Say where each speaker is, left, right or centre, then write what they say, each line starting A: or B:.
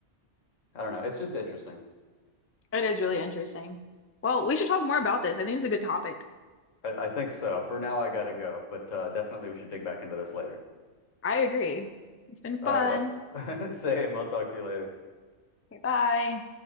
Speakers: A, on the left (about 85°); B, on the left (about 20°).
A: I don't know. It's just interesting.
B: it is really interesting. Well, we should talk more about this. I think it's a good topic.
A: I, I think so. For now, I gotta go, but uh, definitely we should dig back into this later.
B: I agree. It's been fun.
A: All right, well, <laughs> same. I'll talk to you later.
B: Okay, bye.